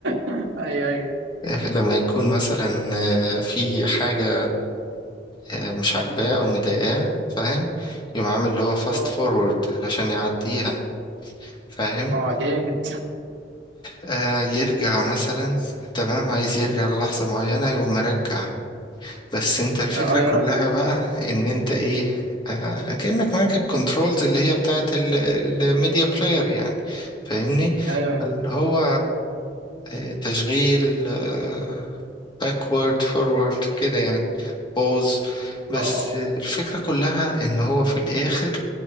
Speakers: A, on the right; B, on the left.
A: <laughs> ايوه ايوه
B: آه، لما يكون مثلا آه في حاجة آه مش عاجباه أو مضايقاه فاهم يقوم عامل اللي هو فاست
A: اه
B: فورورد علشان يعديها فاهم
A: اه جامد
B: آه يرجع مثلا تمام عايز يرجع للحظة معينة يقوم مرجع بس انت الفكرة
A: غيره
B: كلها بقى ان انت ايه آه كأنك معاك الكنترولز اللي هي بتاعت الميديا بلاير يعني فاهمني
A: ايوه ايوه
B: اللي هو آه تشغيل آه باكورد فورورد كده يعني بوز بس
A: اه
B: الفكرة كلها ان هو في الاخر